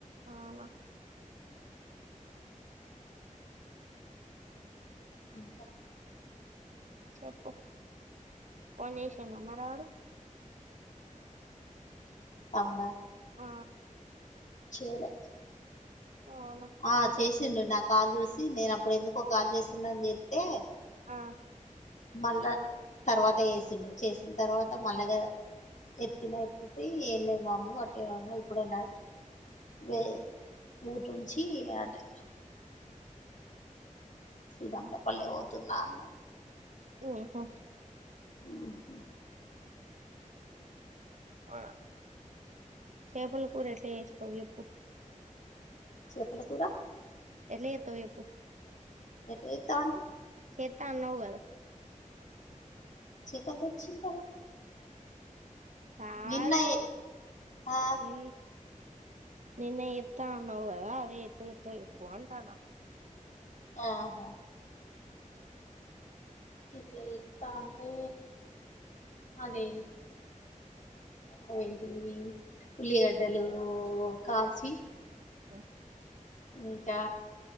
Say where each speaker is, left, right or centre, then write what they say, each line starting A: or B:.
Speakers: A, on the right (about 60°); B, on the left (about 65°).
A: అవునా
B: ఇంకా
A: చెప్పు ఫోన్ చేసిండా మరి ఆడు
B: తమ్ముడా
A: ఆ
B: చేయలే.
A: అవునా
B: ఆ చేసిండు నా కాలు చూసి నేను అప్పు డు ఎందుకో కాల్ చేసి ండని చెత్తే
A: ఆ
B: మళ్ళా తర్వాత చేసిండు చేసిన తర్వాత మళ్లగా ఎత్తిన ఎతిత్తే ఎంలేదు మమ్మి వాట్టిగనే ఉన్నది. ఎప్పుడైనా వే ఊర్నించి అటే <unintelligible> లోపల్నే పోతున్నా అన్నడు.
A: <unintelligible>
B: ఉ హుమ్
A: ఆ చేపల కూర ఎట్ల చేస్తవు చెప్పు
B: చెపల కూర
A: ఎట్ల చెత్తవ్ ఎప్పు
B: ఎట్లా చెత్త అంటె
A: చేత్త అన్నవుగద
B: చేపల్ తెచ్చిన్తర్వ
A: కాదు
B: నిన్న ఆ
A: నిన్ నిన్న ఎత్త అన్నావ్ కదా అదే ఎట్ల చెత్తవ్ చెప్పు అంటన్నా
B: ఆహా ఇట్లా ఇత్త అంటే అదే అవేంటియి ఉల్లిగడ్డలు కాల్చి
A: ఒ
B: ఇంకా